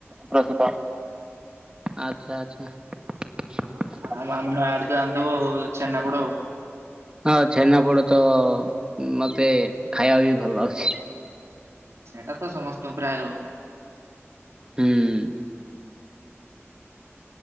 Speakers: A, on the right; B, on the right.
A: ପ୍ରସିଦ୍ଧ ଆଚ୍ଛା ଆଚ୍ଛା। <unintelligible>
B: ଆଉ ଆମ ନୟାଗଡ଼ ତ ଜାଣିଥିବ ଆଉ ଛେନାପୋଡ ଆଉ।
A: ହଁ ଛେନାପୋଡ଼ ତ ମତେ ଖାଇବାକୁ ବି ଭଲ ଲାଗୁଚି।
B: ସେଇଟା ତ ସମସ୍ତଙ୍କୁ ପ୍ରାୟ
A: ହୁଁ।